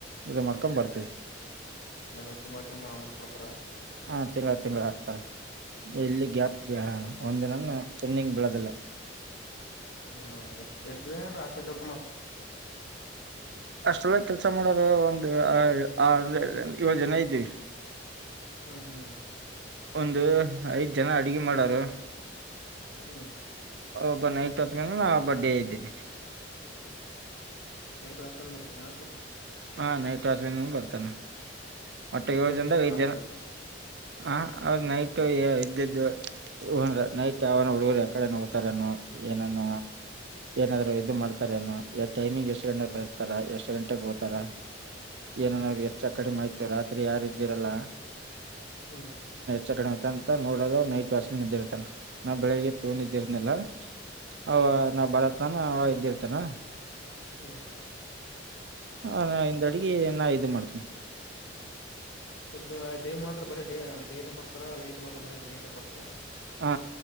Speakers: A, on the right; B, on the left.
A: ಇ ಮಾಡ್ಕೊಂಡ್ ಬರ್ತವಿ
B: ನಂಗ್ ತಿಂಗ್ ಹೊತ್ತ ಮಾಮಟ್ ಕೊಡ್ತಾರ
A: ಹಾ ತಿಂಗಳ ತಿಂಗಗಳ ಹಾಕ್ತಾರೆ ಎಲ್ಲಿ ಗ್ಯಾಪ್ಗೆ ಒಂದ ದಿನ ಚೆಂಡಿಂಗ್ ಬೆಳೋದಿಲ್ಲ
B: ಹ್ಮ ಎಷ್ಟ ಎಷ್ಟ ದಿನ ಾಕ್ಷ ಕೆಲ್ಸ ಮಾಡ್ರ
A: ಅಷ್ಟೆಲ್ಲ ಕೆಲ್ಸ ಮಾಡೋರು ಒಂದು ಆ ಏಳ ಜನ ಇದ್ದೀವಿ
B: ಹ್ಮ್ ಹ್ಮ್
A: ಒಂದು ಐದ ಜನ ಅಡಗೆ ಮಾಡರು
B: ಹ್ಮ್
A: ಒಬ ನೈಟ್ ಅಸ್್ಮೇಲೆ ನಾ ಬರ್ಡೇ ಇದ್ದೇನಿ
B: ನಟ್ರಸ್ಪನ್ ಬರ್ತ ಆಸತ
A: ಹಾ ನೈಟ್ ವಾಷ ಬರ್ತಾನ ಮಟ್ಟೆ
B: ಅವಂದೇನ್
A: ಏ ಜನಂದ
B: ಕೆಲ್ಸ
A: ವಐದ್
B: ಹಾಸ್ಟೆಲ್
A: ಜನ ಹ ಅವ್ರ್ ನೈಟ್ು ಇದ್ದ್ದು ಇನ್ ನೈಟ್ ಯಾವನ ಹುಡುಗರು ಯಕಡೆ ನೋತಾರನು ಏನಾನ ಏನಾದ್ರು ಇದದು ಮಾಡ್ತಾರ ಏನುೋ ಟೈಮಿಂಗ್ ಎಷ್ಟು ಗಂಟೆಗೆ ಬರ್ತಾರ ಎಷ್ಟು ಗಂಟೆಗೆ ಹೋಗತಾರ ಏನನ್
B: ಹ್ಮ್
A: ಅವ್ರಿಗೆ
B: ಹ್ಮ್
A: ಹೆಚ್ಚ ಕಡಿಮೆ ಆಯ್ತು ರಾತ್ರಿ ಯಾರಿದ್ದಿರಲ್ಲ
B: ಹ್ಮ್
A: ಚಣಐತ ಅಂತ ನೋಡೋದು ನೈಟ್ ವಾಶ್ಮನ್ ಇದ್ದಿರರ್ತ್ತ ನಾವು ಬೆಳಿಗ್ ಪೂವ್ ಇದ್ದಿರನಲ್ಲ
B: ಹ್ಮ್
A: ಅವ
B: ಹ್ಮ್
A: ನಾವ್ ಬರತ್ಾನ ಇದ್ದಿರ್ತಾನ
B: ಹ್ಮ್
A: ಹ ಹಿಂದ ಅಡ್ಗ ನಾ ಇ ಮಾಡ್ತೇನೆ
B: ಶುದ್ದ ಡೇ ಮಾಡ್ರ ಬರೀ ಡೇನೇ ಬರ್ತಾರ ನೈಟ್ ಮಾಡ್ರ ಬರ ನೈಟ್ೇ ಬರ್ತಾರ
A: ಹ